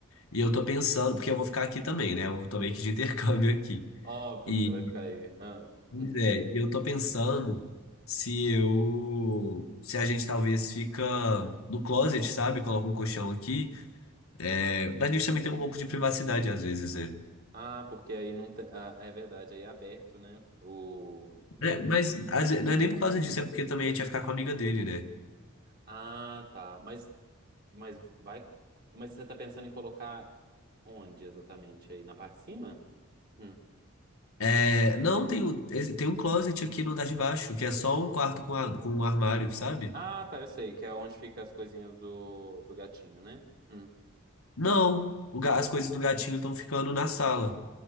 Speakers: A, on the left (about 80°); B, on the right (about 45°).
A: E eu tô pensando, porque eu vou ficar aqui também, né? Eu tô meio que de <laughs> intercâmbio aqui.
B: Óbvio
A: E
B: que você vai ficar aí. Ah,
A: Pois
B: hum.
A: é, e eu tô pensando se eu, se a gente talvez fica no closet, sabe? Coloca um colchão aqui. É, a gente também tem um pouco de privacidade às vezes, né?
B: Ah, porque aí não tem. Ah, é verdade, aí é aberto, né? O.
A: É, mas às ve- não é nem por causa disso, é porque também a gente ia ficar com a amiga dele, né?
B: Ah, tá. Mas, mas vai. Mas você tá pensando em colocar onde exatamente? Aí na parte de cima? Hum.
A: É, não, tem, o- esse- tem um closet aqui no andar de baixo, que é só um quarto com, a- com um armário, sabe?
B: Ah, tá, eu sei, que é onde fica as coisinhas do, do gatinho, né? Hum.
A: Não, o ga- as coisas do gatinho estão ficando na sala.